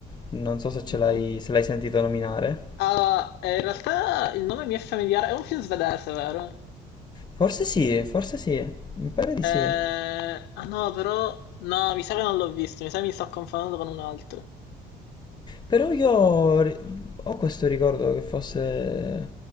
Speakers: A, on the left; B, on the left.
A: Non so se ce
B: Mhm.
A: l'hai se l'hai sentito nominare.
B: Ah, eh, in realtà il nome mi è familiare. È un film svedese, vero?
A: Forse sì, forse sì, mi pare di
B: Eh,
A: sì.
B: ah no, però. No, mi sa che non l'ho visto. Mi sa che mi sto confondendo con un altro.
A: Però io ri- ho questo ricordo che fosse